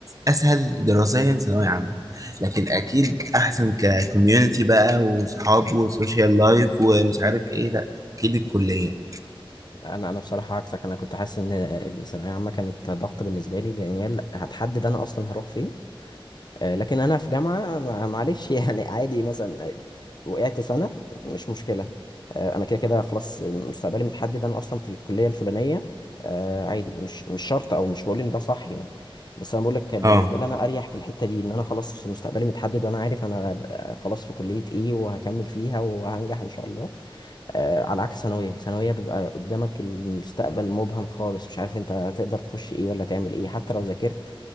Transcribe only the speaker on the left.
انا انا بصراحه عكسك انا كنت حاسس ان إن ثانويه عامه كانت ضغط بالنسبه لي لان هي اللي هتحدد انا اصلا هروح فين آه، لكن انا في جامعه مع- معلش <laughs> يعني عادي مثلا آه، وقعت سنه مش مشكله آه، انا كده كده خلاص مستقبلي متحدد انا اصلا في الكليه الفلانيه آه، عادي مش مش شرط او مش بقول ان ده صح يعني بس انا بقول لك كان
بالنسبه لي انا اريح في الحته دي ان انا خلاص مستقبلي متحدد وانا عارف انا ب- خلاص في كليه ايه وهكمل فيها وهنجح ان شاء الله آه، على عكس ثانوية ثانوية بيبقى قدامك المستقبل مبهم خالص مش عارف انت هتقدر تخش ايه ولا تعمل ايه حتى لو ذاكرت